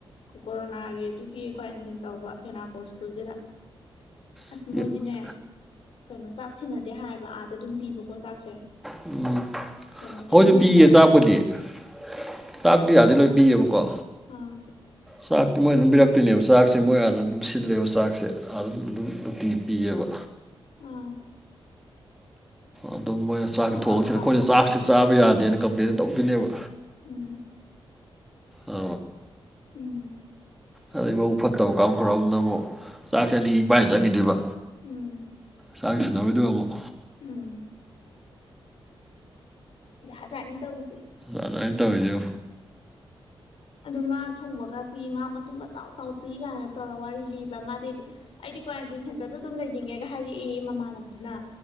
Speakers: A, on the left (about 75°); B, in the centre.
A: ꯀꯣꯔꯣꯅꯥꯒꯤ ꯑꯗꯨꯒꯤ ꯀ꯭ꯋꯥꯔꯦꯟꯇꯤꯟ ꯇꯧꯕ ꯌꯨꯅꯥꯀꯣ ꯁ꯭ꯀꯨꯜꯁꯤꯗ ꯑꯁ
B: ꯑꯩꯈꯣꯏꯁꯨ
A: ꯃꯣꯏꯗꯤꯅꯦ ꯀꯩꯅꯣ ꯆꯥꯛ ꯊꯤꯟꯅꯗꯦ ꯍꯥꯏꯕ ꯑꯥꯗ ꯑꯗꯨꯝ ꯄꯤꯕꯀꯣ ꯆꯥꯛꯁꯦ
B: ꯎꯝ
A: ꯀꯩꯅꯣꯅ
B: ꯑꯩꯈꯣꯏꯁꯨ
A: ꯑꯦꯝ ꯑꯦꯜ ꯑꯦꯅ
B: ꯄꯤꯌꯦ
A: ꯇꯧꯔꯒ
B: ꯆꯥꯛꯄꯨꯗꯤꯥꯛ ꯗꯤ ꯌꯥꯗꯤ
A: ꯑꯥ
B: ꯂꯣꯏ ꯄꯤꯌꯦꯕꯀꯣ
A: ꯑꯥ
B: ꯆꯥꯛꯇꯤ ꯃꯣꯏꯅ ꯑꯗꯨꯝ ꯄꯤꯔꯛꯇꯣꯏꯅꯦꯕ ꯆꯥꯛꯁꯦ ꯃꯣꯏ ꯍꯥꯟꯅ ꯑꯗꯨꯝ ꯁꯤꯜꯂꯦꯕ ꯆꯥꯛꯁꯦ ꯑꯗꯨꯝ ꯑꯗꯨꯝ ꯅꯨꯡꯇꯤ ꯄꯤꯌꯦꯕ
A: ꯑꯥ
B: ꯑꯗꯨꯝ ꯃꯣꯏꯅ ꯆꯥꯛꯁꯤ
A: ꯑꯍꯥꯎ
B: ꯊꯣꯡꯁꯤ
A: ꯑꯍꯥꯎ
B: ꯑꯩꯈꯣꯏꯅ
A: ꯄꯤ
B: ꯆꯥꯛꯁꯤꯦ
A: ꯍꯥꯏ
B: ꯆꯥꯕ
A: ꯏꯟꯁꯥꯡ
B: ꯌꯥꯗꯦꯅ ꯀꯝꯄ꯭ꯂꯦꯟ ꯇꯧꯗꯣꯏꯅꯦꯕ
A: ꯎꯝ
B: ꯑ
A: ꯎꯝ
B: ꯑꯗꯩ ꯃꯧ ꯐꯠꯇꯕ ꯀꯥꯡꯈ꯭ꯔꯧꯅ ꯑꯃꯨꯛ ꯆꯥꯛꯁꯦ ꯑꯅꯤꯅꯤ ꯄꯥꯏꯅ ꯆꯪꯈꯤꯗꯣꯏꯕ
A: ꯎꯝ
B: ꯆꯥꯛ ꯁꯨꯅꯕꯗꯨ ꯑꯃꯨꯛ
A: ꯎꯝ ꯌꯥ ꯆꯅꯤ ꯇꯧꯁꯦ
B: ꯑꯣꯥꯖꯅ ꯇꯧꯔꯤꯁꯣ
A: ꯑꯗꯨ ꯉꯥ ꯊꯣꯡꯕꯒ ꯄꯤ ꯉꯥ ꯃꯇꯨꯡꯒ ꯆꯥꯎ ꯆꯥꯎ ꯄꯤ ꯀꯥꯏꯅ ꯇꯧꯔꯒ ꯋꯥꯔꯤ ꯂꯤꯕ ꯃꯥꯗꯤ ꯑꯩꯗꯤ ꯀ꯭ꯋꯥꯔꯦꯟꯇꯤꯟ ꯁꯦꯟꯇꯔꯗ ꯑꯗꯨꯝ ꯂꯩꯅꯤꯡꯉꯦꯒ ꯍꯥꯏꯔꯛꯏꯃ ꯅꯕꯅ